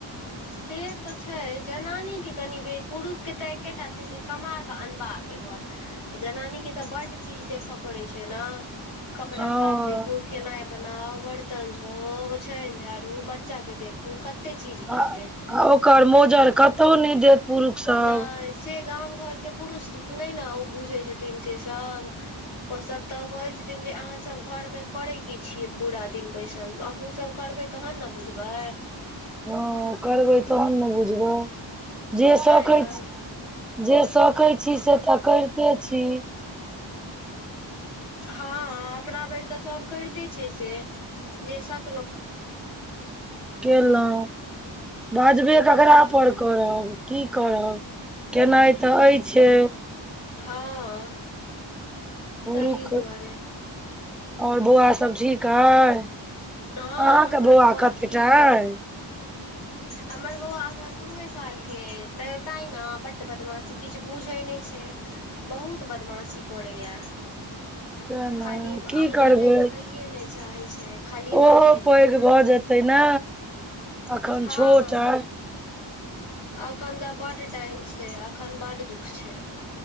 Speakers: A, on the left (about 90°); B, in the centre.
A: से तऽ छै जनानीे के कनि बे पुरुख के तऽ एकेटा छै जे कमा कऽ अनबाक ये घर जनानी के तऽ बड चीज देख‌अ पड़ै छै न कपड़ा
B: हँ
A: साफ देखू खेनाइ बनाऊ बर्तन धोऊ ओछायन झाड़ु बच्चा के देखु कते चीज करतै,
B: आ ओकर मोजर कतौ न‌इ देत। पुरुख सब
A: न‌इ से गाम घरके पुरुष न‌इ न ओ बुझै छथिन से सब ओ सब तऽ कहे छथिन जे अहाँ सब घर में करै की छियै पूरा दिन बैसल अहूँ सब करबै तहन ने बुझबै
B: हँ करबै तहन ने बुझबै जे सकैय
A: तैँ ने
B: छी, जे सकै छी से तऽ कैरते छी।
A: हँ अपना भ‌इर तऽ सब कैयरते छै, से, जे सक
B: केलहुँ बजबे
A: नहि
B: ककरा
A: तऽ क
B: पर करब की करब केनाइ तऽ अइ छै।
A: हँ
B: पुरुख
A: -तही दुआरे
B: और बौआ सब ठीक अय
A: हँ
B: अहाँ
A: हमर
B: के बौआ कतेटा
A: ठीक
B: अइ
A: हमर बौउवा एखन दूए साल के ऐ तऽ तांइ न बड बदमासी किछ बुझै न‌इ छै। बहुत बदमाशी करैया
B: से ने
A: खाली
B: की
A: अंगना
B: करबै
A: मे रहैए न‌इ चाहै छै, खाली
B: ओहो
A: बाहरे
B: पैघ
A: जेतै
B: भऽ जेतै ने अखन
A: हँ
B: छोट अय
A: अखन तऽ बड टाइम छै, अखन बड दुख छै,